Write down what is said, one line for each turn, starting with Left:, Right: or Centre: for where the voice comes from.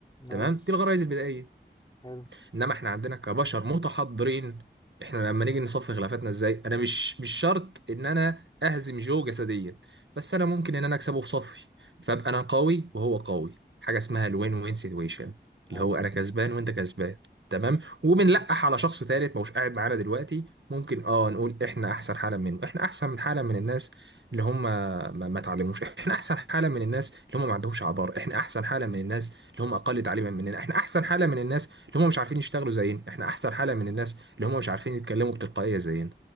Left: ايوه
Right: تمام دي الغرائز البدائيه
Left: حلو
Right: انما احنا عندنا كبشر متحضرين احنا لما نيجي نصفي خلافاتنا ازاي انا مش مش شرط ان انا اهزم جو جسديا بس انا ممكن ان انا اكسبه في صفي فابقى انا قوي وهو قوي حاجه اسمها الوين وين سيتويشن اللي
Left: ايوه
Right: هو انا كسبان وانت كسبان تمام وبنلقح
Left: تمام
Right: على شخص ثالث مش قاعد معانا دلوقتي ممكن اه نقول احنا احسن حالا منه احنا احسن من حالا من الناس اللي هم ما, ما اتعلموش احنا احسن حاله من الناس اللي هم ما عندهمش عبار احنا احسن حاله من الناس اللي هم اقل تعليما مننا احنا احسن حاله من الناس اللي هم مش عارفين يشتغلوا زينا احنا احسن حالة من الناس اللي هم مش عارفين يتكلموا بتلقائية زينا